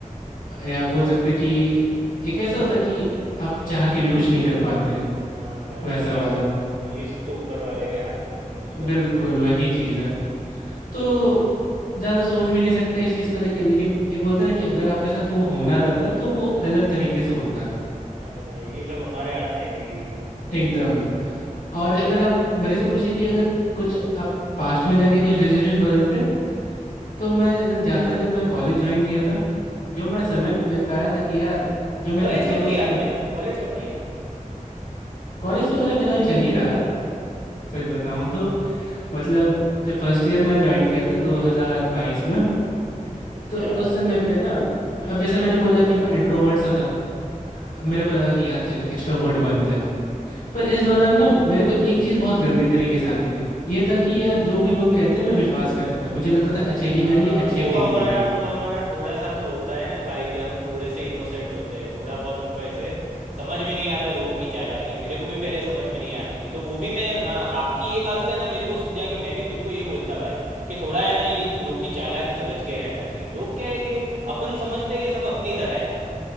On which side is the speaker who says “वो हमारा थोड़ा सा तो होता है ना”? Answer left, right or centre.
Right